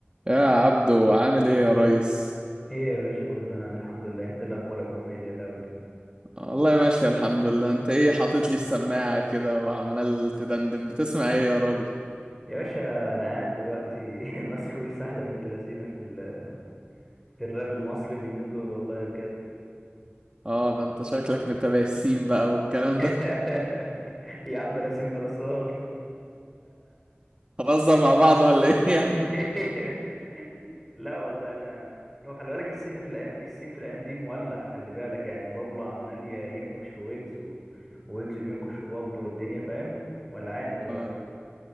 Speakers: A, on the right; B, in the centre.
A: يا عبدو عامل ايه يا ريس
B: ايه يا باشا كله تمام الحمد لله انت إيه الاخبار يا ابو حميد يا دولي
A: والله ماشي الحمد لله انت ايه حاطط لي السماعة كده وعمال تدندن بتسمع ايه يا راجل
B: يا باشا انا قاعد دلوقتي <laughs> مسحول سحله بنت لذينه في ال... في الراب المصري اليومين دول والله بجد
A: اه ده انت شكلك متابع السين بقى والكلام
B: <laughs>
A: ده <laughs>
B: يا عم بلا سين بلا صوت
A: هنهزر مع بعض ولا ايه يا
B: <laughs>
A: عم
B: لا والله انا هو خلي بالك السين في الايام السين في الايام دي مولع خلي بالك يعني بابلو عمال ي- ينكش في ويجز و... ويجز بينكش في بابلو والدنيا فاهم ولا عانه دلوقتي
A: اه